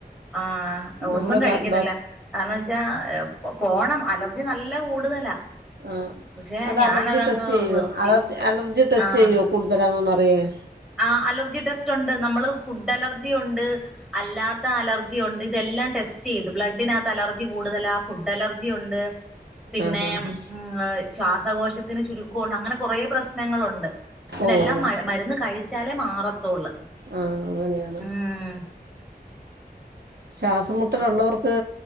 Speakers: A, in the centre; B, on the right.
A: ആഹ് ഒന്നും
B: നമ്മള്
A: കഴിക്കുന്നില്ല
B: പറ ഡോ
A: കാരണം വെച്ചാ പോണം അലർജി നല്ല കൂടുതലാ
B: ആഹ്
A: പക്ഷെ
B: അത്
A: ഞാനതങ്ങ്
B: അലർജി ടെസ്റ്റ് ചെയ്യുവോ
A: നിർത്തി
B: അലർജി അലർജി ടെസ്റ്റ്
A: ആഹ്
B: ചെയ്യുവോ കൂടുതലാണോന്ന് അറിയാൻ
A: ആഹ് അലർജി ടെസ്റ്റ് ഉണ്ട് നമ്മള് ഫുഡ് അലർജി ഉണ്ട് അല്ലാത്ത അലർ ണ്ട് ഇതെല്ലാം ടെസ്റ്റ് ചെയ്ത് ബ്ലഡിനകത്ത് അലർജി കൂടുതലാ ഫുഡ് അലർജി ഉണ്ട് പിന്നെ
B: ആഹ് ആഹ്
A: ഉം ശ്വാസകോശത്തിന് ചുരുക്കം ഉണ്ട് അങ്ങനെ കുറേ പ്രശ്നങ്ങളുണ്ട് ഇതിനെല്ലാം
B: ഓഹ്
A: മ മരുന്ന് കഴിച്ചാലേ മാറത്തുള്ളൂ
B: ആഹ് അങ്ങനെയാണ്
A: ഉം
B: ശ്വാസം മുട്ടലുള്ളവർക്ക്
A: അങ്ങനെയുള്ള